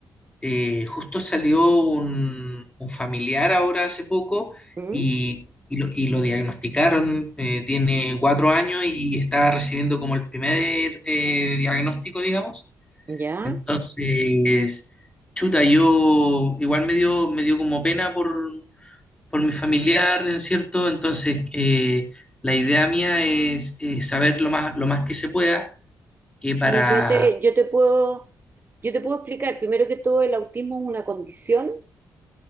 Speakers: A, on the left; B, on the right.
A: eh, justo salió un, un familiar ahora hace poco
B: ¿Mm?
A: y, y lo, y lo diagnosticaron, eh, tiene cuatro años y está recibiendo como el primer eh, diagnóstico, digamos.
B: ¿Ya?
A: Entonces, chuta, yo igual me dio, me dio como pena por, por mi familiar, ¿no es cierto? Entonces, eh, la idea mía es, eh, saber lo más, lo más que se pueda, que para...
B: Y yo te, yo te puedo, yo te puedo explicar, primero que todo, el autismo es una condición.